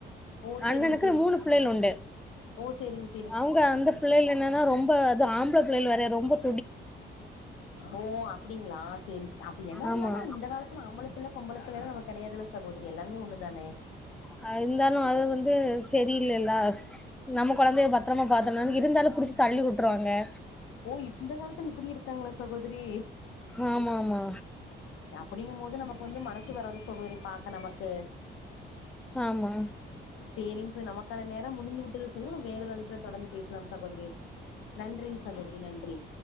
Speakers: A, on the left; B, in the centre.
A: ஓ சேரிங்க
B: அண்ணனுக்கு
A: சேரிங்க
B: மூனு பிள்ளைள் உண்டு
A: ஓ சேரிங்கச்
B: அவுங்க அந்தப் பிள்ளைல என்னனா ரொம்ப அது ஆம்பள பிள்ளைல் வேறைய ரொம்பத்
A: ஓ அப்டிங்ளா சேரிச் அப்ப என்ன
B: ஆமா
A: பண்ணாலு இந்த காலத் துல ஆம்பளப் பிள்ள பொம்பளப் பிள்ளைலா நமக் கெடையாதுல்ல சகோதரி எல்லாமே ஒன்னுதானே
B: அ இந்தாலு அது வந்து செரியில்லல்லா நம்ம கொழந்தைய பத்ரமா பாத்தனான் இருந்தாலு புடிச்சு தள்ளி வுட்ருவாங்கே
A: ஓ இப் இந்த காலத்துல இப்டி இருக்காங்ளா சகோதிரி
B: ஆமா மா
A: அப்பிடிங்கம்மோது நமக்கு வந்து மனசு வராது சகோதரி பாக்க நமக்கு
B: ஆமா
A: சேரிங்ச நமக்கான நேரம் முடிந்தி விட்டது <unintelligible> நம் வேறொரு அழைப்புல தொடர்ந்து பேச்லாம் சகோதரி நன்றிங் சகோதரி நன்றி